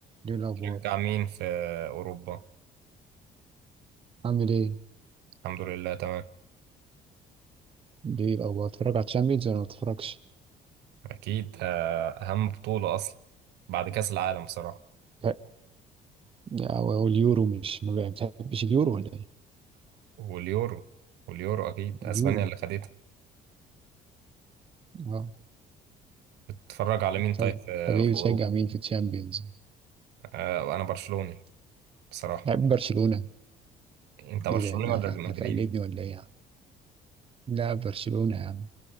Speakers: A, on the right; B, on the right.
A: دي الأخبار
B: شجع مين في أوروبا؟
A: عامل إيه؟
B: الحمد لله تمام
A: دي الأخبار بتتفرج على الشامبيونز ولا ما بتتفرجش؟
B: أكيد آه، أهم بطولة أصلا بعد كأس العالم بصراحة
A: لا أو أو اليورو مش ما بتحبش اليورو ولا إيه؟
B: واليورو واليورو أكيد
A: اليورو
B: أسبانيا اللي خدتها
A: أه
B: بتتفرج على مين طيب
A: طب
B: في
A: طب إيه
B: في
A: بتشجع
B: أوروبا؟
A: مين في الشامبيونز؟
B: آه، أنا برشلوني بصراحة
A: بحب برشلونة
B: أنت برشلوني
A: إيه ده؟ ده
B: ولا
A: مش عارف
B: مدريدي؟
A: هتقلدني ولا إيه يا عم؟ لا برشلونة يا عم